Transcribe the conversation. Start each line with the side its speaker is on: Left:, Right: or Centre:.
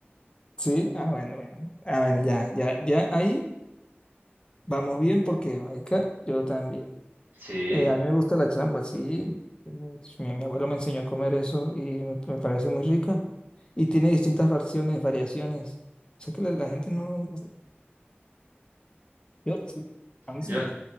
Left: Sí, ah, bueno, bueno. Ah, bueno, ya, ya, ya ahí vamos bien porque, marica, yo también.
Right: Sí.
Left: Eh, a mí me gusta la changua, sí. Mm, pues, Mi, mi- abuelo
Right: Mm,
Left: me enseñó a comer eso y me, me parece muy rica. Y tiene distintas versiones, variaciones. O sea que la, la gente no... Yo sí, a mí
Right: Yo,
Left: sí me...